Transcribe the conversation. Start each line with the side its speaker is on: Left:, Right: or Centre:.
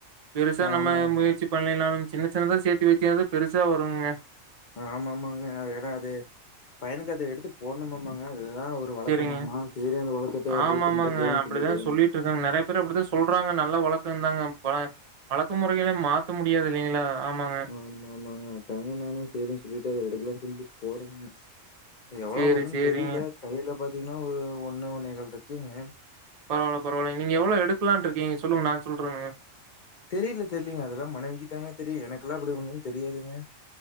Right: பெருசா நம்ம
Left: ஆமா
Right: முயற்சி பண்லைனாலும் சின்ன சின்னதா சேர்த்து வச்சியாவது பெருசா வரும்ங்க
Left: ஆமாமாங்க ஏன்னா அது பயனுக்கு அது எடுத்து போட்ணுமாமாங்க அதுதா ஒரு வழக்கமாமா
Right: சரிங்க.
Left: சேரி அந்த வழக்கத்த அப்டியே
Right: ஆமாமாங்க.
Left: பின்பற்றுவோம்
Right: அப்படிதான்
Left: சொல்லிட்டு
Right: சொல்லிட்டுருக்காங்க. நெறைய பேர் அப்படிதான் சொல்றாங்க. நல்ல வழக்கந்தாங்க பழ பழக்கமுறைகள மாத்த முடியாது இல்லிங்களா ஆமாங்க
Left: ஆமா ஆமாங்க அதாங்க நானு சேரின் சொல்லிட்டு அத எடுக்கல சொல்லிட்டு போறேங்க எவ்ளோ
Right: சரி,
Left: வருனு
Right: சரிங்க.
Left: தெரியில கையில பாத் பாத்திங்னா ஒரு ஒன்னு ஒன்னேகால் இருக்குங்க
Right: பரவால பரவாலங்க நீங்க எவ்ளோ எடுக்கலான்ட்ருக்கிங்க சொல்லுங்க நா சொல்றங்க
Left: தெரில தெரிலிங்க அதல்லா மனைவிக்குதாங்க தெரியு எனக்குலா அப்புடி ஒண்ணுமே தெரியாதுங்க